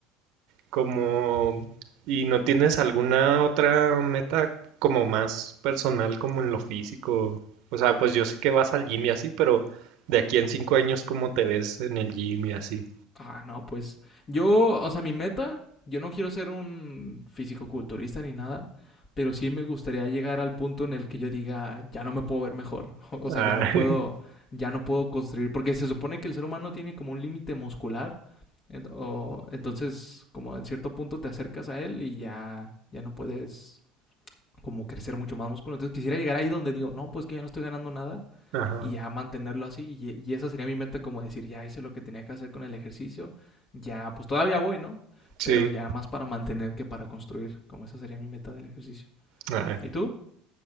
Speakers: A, on the right; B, on the left.
A: como... ¿Y no tienes alguna otra meta como más personal, como en lo físico? O sea, pues yo sé que vas al gym y así, pero de aquí en cinco años, ¿cómo te ves en el gym y así?
B: Ah, no, pues yo, o sea, mi meta, yo no quiero ser un físico-culturista ni nada, pero sí me gustaría llegar al punto en el que yo diga, ya no me puedo ver mejor, <laughs> o
A: Ah,
B: sea, ya no
A: <laughs>
B: puedo, ya no puedo construir, porque se supone que el ser humano tiene como un límite muscular, en- o- entonces como en cierto punto te acercas a él y ya, ya no puedes como crecer mucho más músculo, entonces quisiera llegar ahí donde digo, no, pues que ya no estoy ganando nada
A: ajá,
B: y ya mantenerlo así. Y, y, esa sería mi meta, como decir, ya hice lo que tenía que hacer con el ejercicio, ya pues todavía voy, ¿no?
A: sí.
B: Pero ya más para mantener que para construir, como esa sería mi meta del ejercicio.
A: Ah,
B: ¿Y tú?